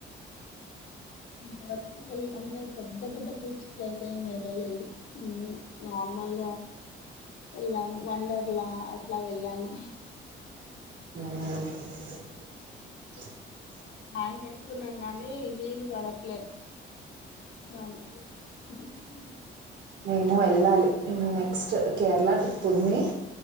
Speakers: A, on the left; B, on the right.
A: ఇంతవరకు అంటే పెద్ద పెద్ద ట్రిప్స్ కి అయితే ఏం వెళ్ళలేదు చి నార్మల్గా ఎలావండ అట్లా అట్లా వెళ్ళాము
B: ఆ
A: హా చతున్నాం గానీ నీళ్లుు పడట్లే వాళకి ఏ
B: మేము వెళ్ళాలి నెక్స్ట్ కేరళ ట్రిప్ ఉంది